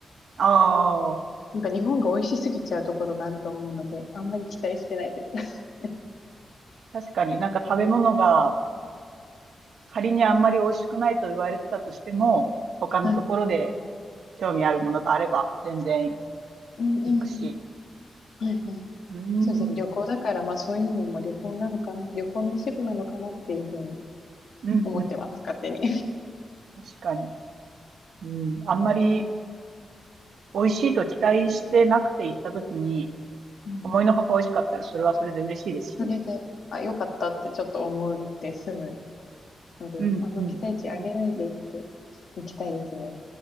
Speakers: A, on the right (about 80°); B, on the left (about 65°).
A: ああ、
B: なんか日本が美味しすぎちゃうところがあると思うので、あんまり期待してないです。
A: 確かになんか食べ物が仮にあんまり美味しくないと言われてたとしても、他のところで
B: <laughs> はい。
A: 興味あるものがあれば全然
B: うんうんうん。
A: 行くし。
B: はいはい。
A: うーん、
B: そうですね。旅行だから、
A: うん、
B: まあそういうのも旅行なのかな。旅行の一部なのかなっていうふうに
A: うん、
B: 思ってます、勝手に。
A: 確かに。うん、あんまり
B: <laughs>
A: 美味しいと期待してなくて行った時に、
B: うん。
A: 思いのほか美味しかったら、それはそれで嬉しいですしね。
B: それで、あ、よかったってちょっと思って済むので、
A: うん、
B: あんま期待値上げないでいって
A: うん、うん。
B: いきたいですね。